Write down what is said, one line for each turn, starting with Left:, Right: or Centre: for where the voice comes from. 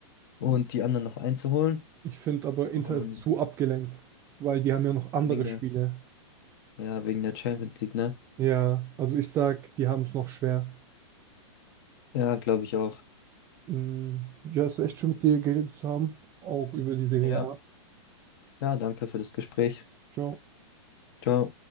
Left: und die anderen noch einzuholen.
Right: Ich finde aber,
Left: Und
Right: Inter ist zu abgelenkt, weil die haben ja noch andere
Left: wegen der,
Right: Spiele.
Left: ja, wegen der Champions League, ne?
Right: Ja, also ich sag, die haben es noch schwer.
Left: Ja, glaube ich auch.
Right: Mm, Ja, es war echt schön mit dir geredet zu haben, auch über die Serie
Left: Ja.
Right: A.
Left: Ja, danke für das Gespräch.
Right: Ciao.
Left: Ciao.